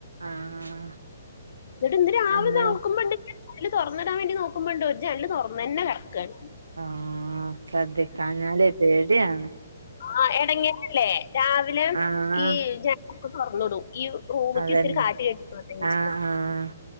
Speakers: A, on the right (about 80°); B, on the left (about 55°).
A: ആഹ്
B: ന്നട്ട ഇന്ന് രാവിലെ
A: നമ്മള്
B: നോക്കുമ്പോണ്ട്- അല് തുറന്നിടാൻ വേണ്ടി നോക്കുമ്പോണ്ട ഒരു ജനല് തുറന്നു തന്നെ കടക്കാണ്.
A: ആഹ ശ്രദ്ധിക്കാം ഞാലേ പേടിയാണ്.
B: ആ എടങ്ങേല്ലേ രാവിലെ
A: ആഹ്
B: ഈ ജനലൊക്കെ തുറന്നിടും. ഈ റൂമിക്ക്
A: അതന്നെ
B: ഇത്തിരി കാറ്റ് കേറിക്കോട്ടെ വെച്ചിട്ട്.
A: ആഹ് ആഹ്